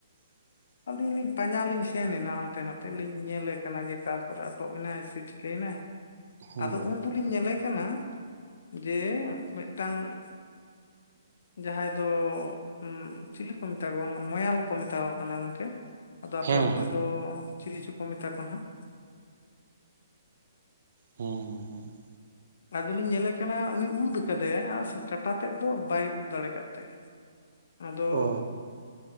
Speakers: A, on the right; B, on the left.
A: <unintelligible>
B: ᱟᱹᱞᱤᱧ ᱞᱤᱧ ᱯᱟᱸᱡᱟ ᱞᱤᱧ ᱥᱮᱱ ᱮᱱᱟ ᱦᱟᱱᱛᱮ ᱱᱟᱛᱮ ᱞᱤᱧ ᱧᱮᱞᱮ ᱠᱟᱱᱟ ᱡᱮ ᱚᱠᱟ ᱠᱚᱨᱮ ᱟᱴᱚᱠ ᱮᱱᱟᱭ ᱥᱮᱭ ᱪᱤᱠᱟᱹᱭᱱᱟᱭ
A: ᱦᱮᱸ
B: ᱟᱫᱚ ᱩᱱ ᱫᱚᱞᱤᱧ ᱧᱮᱞᱮ ᱠᱟᱱᱟ ᱡᱮ ᱢᱤᱫᱴᱟᱝ ᱡᱟᱦᱟᱸᱭ ᱫᱚ ᱦ ᱪᱤᱞᱤ ᱠᱚ ᱢᱮᱛᱟ ᱠᱚ ᱢᱚᱭᱟᱞ ᱠᱚ ᱢᱮᱛᱟ ᱠᱚ ᱠᱟᱱᱟ ᱜᱚᱝᱠᱮ ᱟᱫᱚ ᱟᱯᱮ
A: ᱦᱮᱸ
B: ᱚᱱᱛᱮ ᱫᱚ ᱪᱤᱞᱤ ᱪᱚ ᱠᱚ ᱢᱮᱛᱟ ᱠᱚ ᱦᱟᱸᱜ
A: ᱦᱩᱸᱻ
B: ᱟᱫᱚᱞᱤᱧ ᱧᱮᱞᱮ ᱠᱟᱱᱟ ᱩᱱᱤ ᱩᱫ ᱠᱟᱫᱮᱭᱟ ᱟᱨ ᱠᱟᱴᱟ ᱛᱮᱫ ᱫᱚ ᱵᱟᱭ ᱩᱫ ᱫᱟᱲᱮ ᱟᱠᱟᱫ ᱛᱟᱭᱟ ᱟᱫᱚ
A: ᱚ